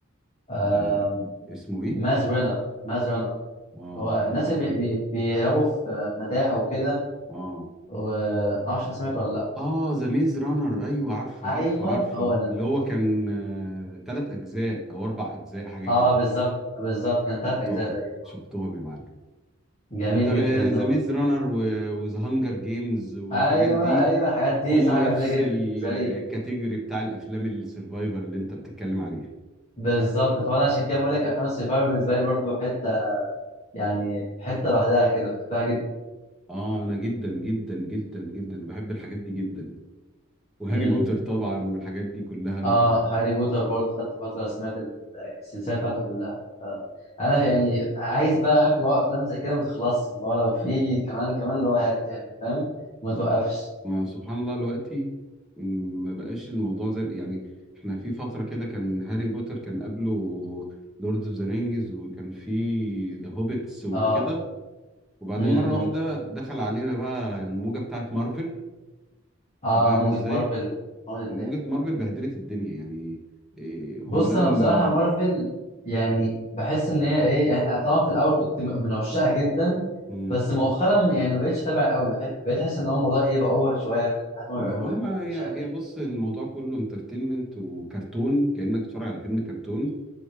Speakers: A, on the left; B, in the centre.
A: آه
B: ذا اسمه ايه؟
A: ماز رانر ماز رانر
B: اه
A: هو الناس اللي بي بي بيهربوا في متاهة وكده
B: اه
A: ومعرفش انت سمعته ولا لا
B: اه ذا ميز رانر ايوه عارفه
A: ايوه
B: عارفه عارفه
A: هو ده
B: اللي هو كان آه تلات اجزاء او اربع اجزاء حاجه
A: اه
B: كده
A: بالظبط بالظبط كان تلات
B: شفتهم
A: اجزاء تقريبا
B: شفتهم يا معلم
A: جميل
B: ما انت
A: جدا ده
B: ذا
A: برضه
B: ميز رانر وذا هانجر جيمز والحاجات
A: ايوه
B: دي
A: ايوه الحاجات دي
B: هم
A: صراحة
B: نفس
A: جميلة جدا
B: الكاتيجوري
A: بالنسبة لي
B: بتاع الافلام السرفايفر اللي انت بتتكلم عليها
A: بالظبط فانا عشان كده بقول لك افلام السيفايفر بالنسبة لي برضو حتة يعني حتة لوحدها كده بحبها
B: اه انا جدا جدا جدا جدا بحب الحاجات دي جدا وهاري
A: جدا
B: بوتر طبعا والحاجات دي كلها انا
A: اه هاري بوتر برضه خدت فترة سمعت ال- السلسلة بتاعته كلها فأنا يعني عايز بقى عارف اللي هو أفلام زي كده ما تخلصش اللي هو لو في كمان كمان اللي هو هات يعني فاهم ما توقفش
B: ما سبحان الله دلوقتي م، ما بقاش الموضوع زي يعني احنا في فترة كده كان هاري بوتر كان قبله لورد اوف ذا رينجز وكان في ذا هوبيتس وكده
A: اه
B: وبعدين
A: امم
B: مرة واحدة دخل علينا بقى الموجة بتاعت مارفل
A: اه
B: انت فاهم
A: موجة
B: ازاي؟
A: مارفل موجة الدنيا
B: موجة مارفل بهدلت الدنيا يعني إيه هم
A: بص
B: لقوا
A: أنا
B: ان
A: بصراحة مارفل يعني بحس إن هي إيه يعني طبعا في الأول كنت م- من عشاقها جدا
B: م،
A: بس مؤخرا يعني ما بقتش أتابع قوي بقيت بقيت أحس إن هو الموضوع إيه بقى أوفر شوية في الحاجات اللي
B: ما
A: هم بيعملوها
B: هم هي
A: مش عارف
B: هي
A: ليه
B: بص الموضوع كله انترتينمنت وكرتون كأنك بتتفرج على فيلم كرتون